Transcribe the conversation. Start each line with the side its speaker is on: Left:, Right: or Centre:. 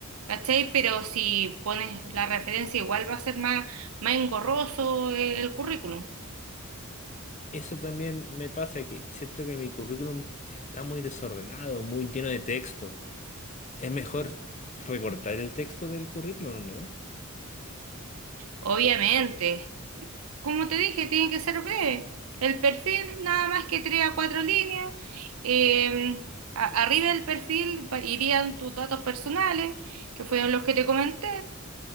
Right: ¿cachai? Pero si pones la referencia, igual va a ser más, más engorroso eh, el currículum.
Left: Eso también me pasa que siento que mi currículum está muy desordenado, muy lleno de texto. Es mejor recortar el texto del currículum, ¿no?
Right: Obviamente, Como te dije, tiene que ser breve. El perfil, nada más que tres a cuatro líneas. Eh, a- arriba del perfil va- irían tus datos personales, que fueron los que te comenté.